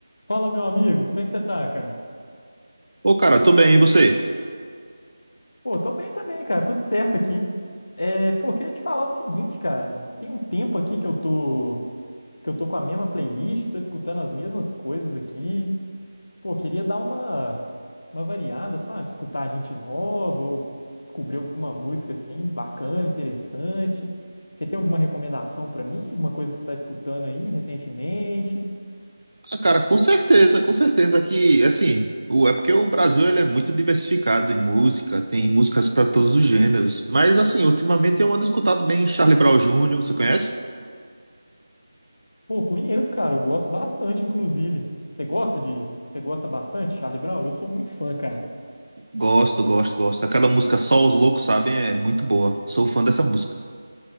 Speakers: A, on the left; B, on the right.
A: Fala, meu amigo, como é que você tá, cara?
B: Ô, cara, tô bem, e você?
A: Pô, tô bem também, cara, tudo certo aqui. É, pô, queria te falar o seguinte, cara, tem um tempo aqui que eu tô, que eu tô com a mesma playlist, tô escutando as mesmas coisas aqui. Pô, queria dar uma, uma variada, sabe? Escutar gente nova ou descobrir alguma música assim, bacana, interessante. Você tem alguma recomendação pra mim? Alguma coisa que você tá escutando aí recentemente?
B: Ah, cara, com certeza, com certeza que, assim, o, é porque o Brasil ele é muito diversificado em música, tem músicas pra todos os gêneros. Mas, assim, ultimamente eu ando escutado bem Charlie Brown Júnior. você conhece?
A: Pô, conheço, cara. Eu gosto bastante, inclusive. Você gosta de. Você gosta bastante, Charlie Brown? Eu sou muito fã, cara.
B: Gosto, gosto, gosto. Aquela música Só os Loucos Sabem é muito boa. Sou fã dessa música.